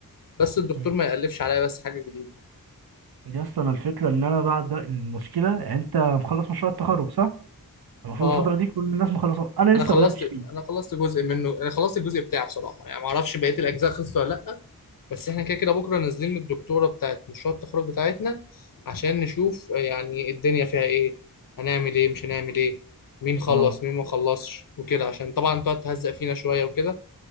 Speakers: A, on the left; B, on the right.
A: بس الدكتور
B: مم.
A: ما يألفش عليا بس حاجة جديدة
B: يا اسطى انا الفكره ان انا بعد ده- المشكله يعني انت مخلص مشروع التخرج صح؟ المفروض
A: اه
B: الفتره دي كل الناس مخلصه انا لسه
A: انا خلصت
B: ما بداتش فيه
A: انا خلصت جزء منه انا خلصت الجزء بتاعه بصراحة يعني ما اعرفش بقية الاجزاء خلصت ولا لا بس احنا كده كده بكره نازلين للدكتوره بتاعت مشروع التخرج بتاعتنا عشان نشوف آه، يعني الدنيا فيها ايه هنعمل ايه مش هنعمل ايه مين خلص
B: اه
A: مين ما خلصش وكده عشان طبعا تقعد تهزق فينا شويه وكده